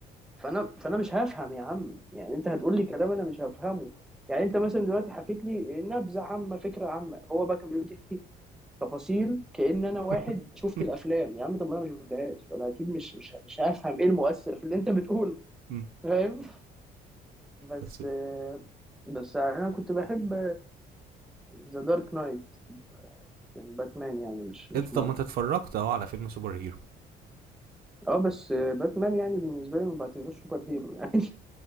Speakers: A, in the centre; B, on the right.
A: فانا فانا مش هفهم يا عم يعني انت هتقول لي كلام انا مش هفهمه يعني انت مثلا دلوقتي حكيت لي نبذه عامه فكره عامه هو بقى كان بيقعد يحكي تفاصيل كأن
B: <laughs>
A: انا واحد شفت الافلام يا عم طب ما انا ما شفتهاش فانا اكيد مش مش مش هفهم ايه المؤثر في اللي انت بتقوله
B: أمم.
A: فاهم بس
B: بس
A: بس انا كنت بحب ذا دارك نايت كان باتمان يعني مش مش
B: انت
A: مارفل
B: طب ما انت اتفرجت اهو على فيلم سوبر هيرو
A: اه بس آه، باتمان يعني بالنسبه لي ما بعتبروش سوبر هيرو يعني